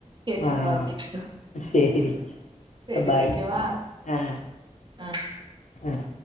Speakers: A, on the right; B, on the left.
A: கேட்டுட்டு
B: ஆ
A: வா கேட்டுட்டு வா
B: சேரி
A: சேரி
B: பாய்
A: வைக்கவா
B: ஆ
A: ஆ
B: ம்